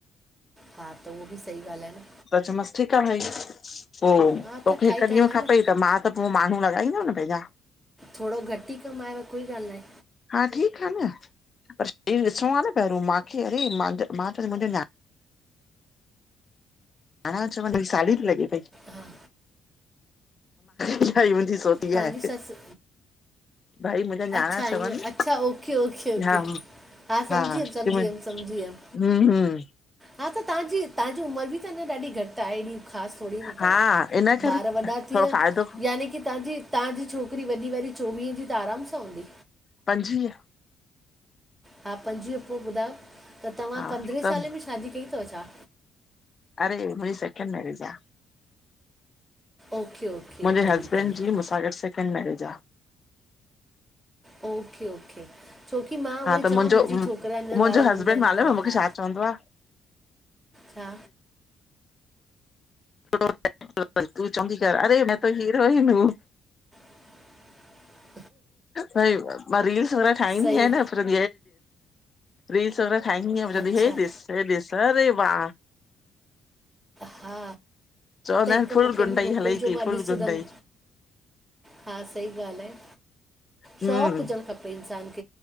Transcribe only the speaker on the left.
त चैमांसि ठीकु आ भई पो
तोखे
हिकु
ॾींहुं
जो
खपे
त मां त पो माण्हू लॻाईंदम न पंहिंजा।
हा ठीकु आहे न <inaudible> इहो ॾिसणो आहे न पहिर मां चरी मां त, मां त मुंधियल आं अञा चवनि मुंजी साली बि लॻे पई
<inaudible> चई मुंजी थोरो पी
आय
भई मुंहिंजा न्याणा
चवनि
<inaudible> हा
ह
<inaudible>
हं हं
हा इन करे
थोरो फ़ाइदो
पंजवीह
हा
त
अरे मुंहिंजी <inaudible> न ॾिसजां।
मुंहिंजे
हसबैंड
जी मूंसा गॾु सेकेंड मेरेज आ।
हा
त
मुंहिंजो
मुंहिंजो
हस्बैंड
मालूम आहे मूंखे
छा चवंदो आ
<inaudible> तूं चवंदी कर अड़े मैं तो हीरोइन हूं।
भई मां रील्स वग़ैरह ठाहींदी
आहियां न फिर <inaudible> रील्स वग़ैर ठाईंदी अयां
<inaudible> हे दिस हे दिस अरे वा।
चवंदा
आहिनि
फुल गुंडई
हलई थी
फुल
गुंडई।
हम्म